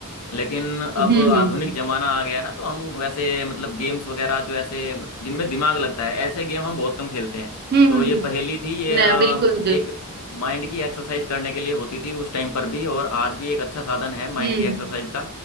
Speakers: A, on the left; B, on the right.
A: लेकिन अब
B: हम्म
A: आधुनिक
B: हम्म
A: जमाना आ गया ना तो हम वैसे मतलब गेम्स वगैरह जो ऐसे जिनमें दिमाग लगता है ऐसे गेम हम बहुत कम खेलते हैं
B: हम्म हम्म,
A: तो
B: हम्म,
A: ये
B: हम्म।
A: पहेली थी ये
B: नया
A: अ,
B: बिल्कुल बिल्कुल
A: एक माइंड की एक्सरसाइज करने के लिए होती थी उस टाइम पर भी और आज भी एक अच्छा साधन है माइंड
B: हम्म
A: की
B: हम्म।
A: एक्सरसाइज का